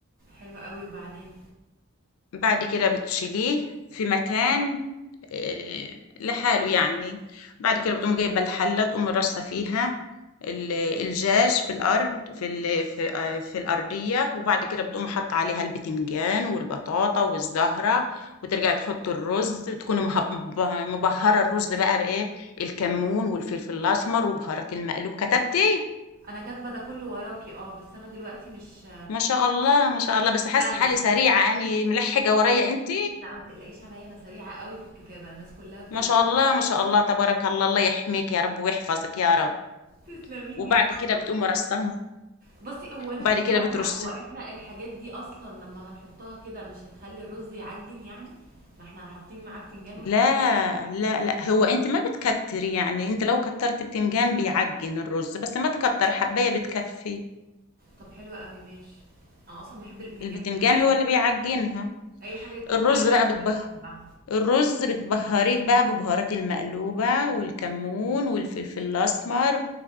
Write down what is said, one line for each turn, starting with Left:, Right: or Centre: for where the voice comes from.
Right: حلوة قوي وبعدين
Left: بعد كده بتشيليه في مكان آه، لحاله يعني بعد كده بتقوم جايبة الحلة تقوم رصة فيها ال- الجاج في الأرض في ال- في آه، في الأرضية وبعد كده بتقوم حاطة عليها البتنجان والبطاطا والزهرة وترجع تحط الرز تكون مهب- مبهرة الرز بقى بإيه الكمون والفلفل الأسمر وبهارات المقلوب كتبتي
Right: انا كاتبه ده كله وراكي اه بس انا دلوقتي مش
Left: ما شاء الله ما شاء الله بس حاسة
Right: لا لا
Left: حالي سريعة يعني ملحقة ورايا انت
Right: لا ما تقلقيش عليا انا سريعه قوي في الكتابه الناس كلها بتقولي
Left: ما شاء الله ما شاء الله تبارك الله الله يحميك يا رب ويحفظك يا رب
Right: تسلمي
Left: وبعد
Right: لي والله
Left: كده بتقومي رصهم
Right: بصي هو انا
Left: وبعد
Right: مش
Left: كده
Right: فاهمه
Left: بترصي
Right: هو احنا الحاجات دي اصلا لما هنحطها كده مش هتخلي الرز يعجن يعني ما احنا حاطين معاه بتنجان وحاجات
Left: لا لا لا هو انت ما بتكتري يعني انت لو كترت بتنجان بيعجن الرز بس ما تكتر حباية بتكفي
Right: طب حلو قوي ماشي انا اصلا بحب البتنجان
Left: البتنجان
Right: في العادي
Left: هو اللي بيعجنها
Right: اي حاجه اي حاجه يتحط
Left: الرز
Right: عليها
Left: بقى
Right: بتنجان
Left: بتبه
Right: بحبها
Left: الرز بتبهريه بقى ببهارات المقلوبة والكمون والفلفل الأسمر